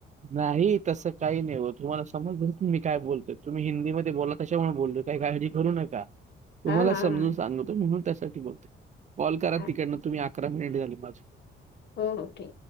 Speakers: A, on the right (about 35°); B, on the left (about 60°).
A: नाही तसं काही नाही हो. तुम्हाला समजलं मी काय बोलतो तुम्ही हिंदीमध्ये बोला. त्याच्यामुळे बोललो काही काळजी करू नका तुम्हाला
B: हा हा
A: समजून
B: हा
A: सांगतो म्हणून त्यासाठी बोलतोय. कॉल करा
B: हा
A: तिकडनं तुम्ही अकरा मिनिट झाली माझे.
B: हो ओके.